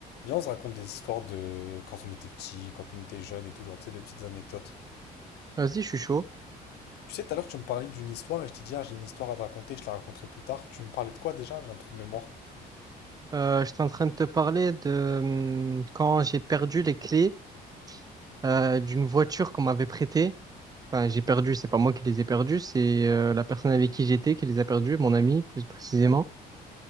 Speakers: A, on the left; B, on the right.
A: Viens, on se raconte des histoires de quand on était petit, quand on était jeune et tout, genre, tu sais, des petites anecdotes.
B: Vas-y, je suis chaud.
A: Tu sais, tout à l'heure, tu me parlais d'une histoire et je t'ai dit, ah, j'ai une histoire à te raconter, je te la raconterai plus tard. Tu me parlais de quoi déjà? J'ai un trou de mémoire.
B: Euh, j'étais en train de te parler de hum, quand j'ai perdu les clés euh, d'une voiture qu'on m'avait prêtée. Enfin, j'ai perdu, c'est pas moi qui les ai perdues, c'est euh, la personne avec qui j'étais qui les a perdues, mon ami plus précisément.